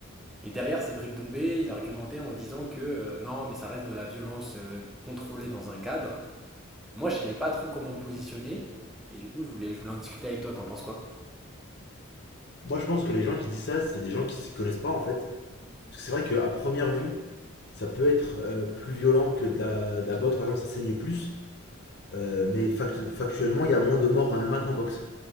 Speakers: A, in the centre; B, on the left (about 50°).
A: Et derrière, Cédric Doumbé, il argumentait en disant que euh, non, mais ça reste de la violence euh, contrôlée dans un cadre. Moi, je savais pas trop comment me positionner, et du coup, je voulais, je voulais en discuter avec toi, t'en penses quoi?
B: Moi, je pense que les gens qui disent ça, c'est des gens qui s'y connaissent pas en fait. Parce que c'est vrai qu'à première vue, ça peut être euh, plus violent que de la, de la boxe, par exemple, ça saigne plus. Euh, mais fac- factuellement, il y a moins de morts en MMA qu'en boxe.